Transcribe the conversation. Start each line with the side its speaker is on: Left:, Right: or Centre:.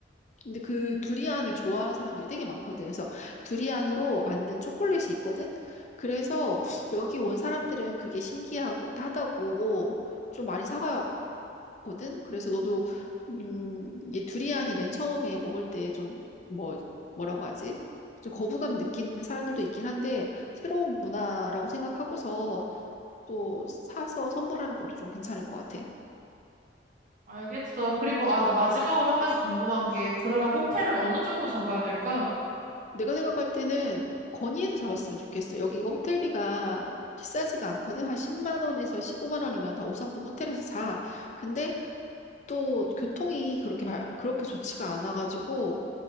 Left: 근데 그 두리안을 좋아하는 사람들이 되게 많거든. 그래서 두리안으로 만든 초콜릿이 있거든. 그래서 여기 온 사람들은 그게 신기하고 하다고 좀 많이 사가 거든. 그래서 너도 음, 이 두리안이 맨 처음에 먹을 때 좀 뭐, 뭐라고 하지? 좀 거부감 느끼는 사람들도 있긴 한데 새로운 문화라고 생각하고서 또 사서 선물하는 것도 좀 괜찮을 것 같아.
Right: 알겠어. 그리고, 아, 나 마지막으로 한 가지 궁금한 게, 그러면 호텔은 어느 쪽으로 잡아야 될까?
Left: 내가 생각할 때는 건의해도 잡았으면 좋겠어. 여기가 호텔비가 비싸지가 않거든. 한 10만 원에서 15만 원이면 다 5성급 호텔에서 자. 근데 또 교통이 그렇게 발- 그렇게 좋지가 않아가지고